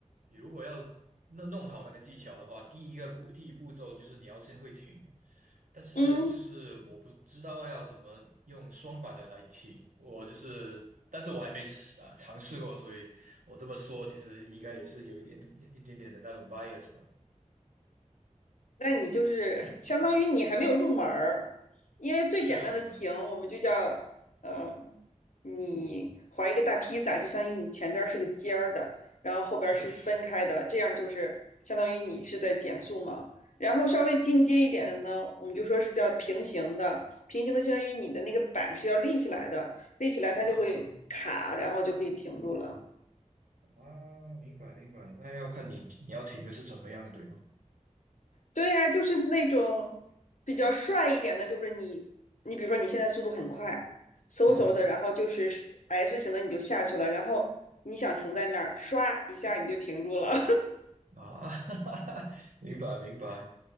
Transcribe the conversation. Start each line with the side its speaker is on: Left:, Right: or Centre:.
Right: 你如果要那弄好那个技巧的话，第一个步，第一步骤就是你要先会停。但是就是我不知道要怎么用双板的来停，
Left: 嗯，
Right: 我就是，但是我还没试啊尝试过，所以我这么说其实应该也是有一点一点点的那种 bias 吧。
Left: 那你就是相当于你还没有入门儿，因为最简单的停，
Right: 是啊，是啊
Left: 我们就叫呃，你划一个大披萨，就相当于你前边儿是个尖儿的，然后后边儿是分开的，
Right: 是啊是啊是
Left: 这样就是相当于你是在减速嘛。然后稍微进阶一点的呢，我们就说是叫平行的，平行的相当于你的那个板是要立起来的，立起来它就会卡，
Right: 啊
Left: 然后就可以停住了。
Right: 啊，明白明白，那要看你你要停的是怎么样的，对吗？
Left: 对呀，就是那种比较帅一点的，就是你，你比如说你现在速度很快，嗖嗖的，
Right: 嗯。
Left: 然后就是 S 型的你就下去了，然后你想停在那儿，唰一下你就停住了。
Right: 啊，<laughs> 明白明白，